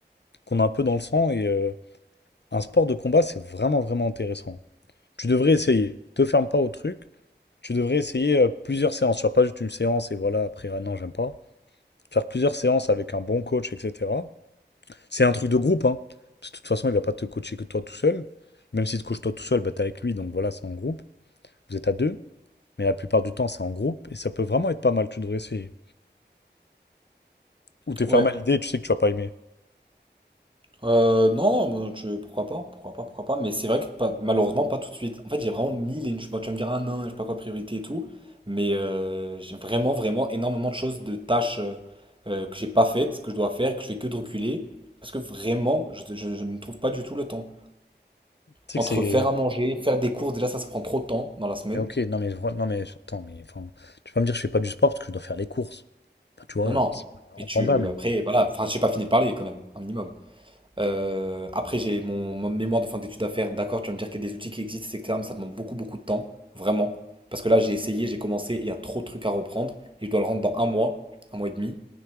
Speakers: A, on the left (about 70°); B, on the right (about 25°).
A: qu'on a un peu dans le sang et euh, un sport de combat, c'est vraiment, vraiment intéressant. Tu devrais essayer. Te ferme pas au truc. Tu devrais essayer euh, plusieurs séances. Tu vas pas juste une séance et voilà, après, ah non, j'aime pas. Faire plusieurs séances avec un bon coach, etc. C'est un truc de groupe, hein. Parce que de toute façon, il va pas te coacher que toi tout seul. Même si tu te coaches toi tout seul, bah, t'es avec lui, donc voilà, c'est en groupe. Vous êtes à deux. Mais la plupart du temps, c'est en groupe et ça peut vraiment être pas mal. Tu devrais essayer. Ou t'es
B: Ouais.
A: fermé à l'idée et tu sais que tu vas pas aimer.
B: Euh, non, moi, je, pourquoi pas, pourquoi pas, pourquoi pas. Mais c'est vrai que pas- malheureusement, pas tout de suite. En fait, j'ai vraiment mille et une... bon, tu vas me dire un nain, je sais pas quoi, priorité et tout. Mais euh, j'ai vraiment, vraiment énormément de choses, de tâches euh, euh, que j'ai pas faites, que je dois faire et que je fais que de reculer. Parce que vraiment, je, je- je ne trouve pas du tout le temps.
A: Tu
B: Entre
A: sais que c'est.
B: faire à manger, faire des cours, déjà ça, ça prend trop de temps dans la semaine.
A: Mais ok, non mais, vra- non mais attends, mais enfin, tu vas pas me dire que je fais pas du sport parce que je dois faire les courses. Enfin, tu vois,
B: Non,
A: euh,
B: non.
A: c'est pas
B: Mais
A: entendable.
B: tu, après, voilà, enfin, j'ai pas fini de parler quand même, un minimum. Euh, après, j'ai mon, mon mémoire de fin d'études à faire. D'accord, tu vas me dire qu'il y a des outils qui existent, etc. Mais ça demande beaucoup, beaucoup de temps, vraiment. Parce que là, j'ai essayé, j'ai commencé, et il y a trop de trucs à reprendre. Et je dois le rendre dans un mois, un mois et demi.